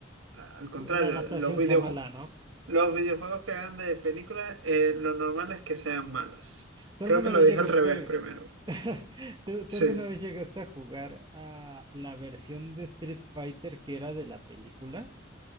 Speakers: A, on the right; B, on the right.
A: al contrario,
B: La adaptación
A: los videojuegos
B: sea mala, ¿no?
A: los videojuegos que hagan de películas, eh, lo normal es que sean malas.
B: ¿Tú
A: Creo
B: alguna
A: que lo
B: vez
A: dije
B: llegaste,
A: al revés primero.
B: <laughs> ¿tú,
A: Sí.
B: tú alguna vez llegaste a jugar a la versión de Street Fighter que era de la película?